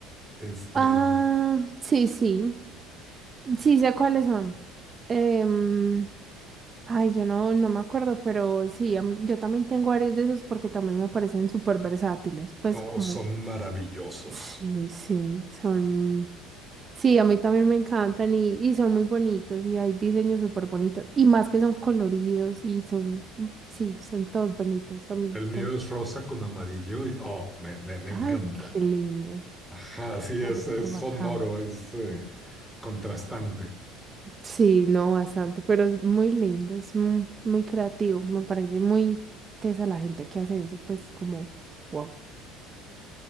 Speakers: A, in the centre; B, on the right.
A: Este,
B: Ah, sí, sí. Sí, sé cuáles son. Em, ay, yo no, no me acuerdo, pero sí, am- yo también tengo varios de esos porque también me parecen súper versátiles. Pues
A: no
B: como,
A: son maravillosos.
B: sí, sí, son, sí, a mí también me encantan y, y son muy bonitos y hay diseños súper bonitos. Y más que son coloridos y son, sí, son todos bonitos a mí
A: El mío
B: también.
A: es rosa con amarillo y oh, me, me, me encanta.
B: Ay, qué lindo.
A: Ajá, sí,
B: Está
A: es,
B: súper
A: es
B: bacano.
A: sonoro, es eh, contrastante.
B: Sí, no, bastante, pero es muy lindo, es muy, muy creativo. Me parece muy tesa la gente que hace eso, pues como, wow.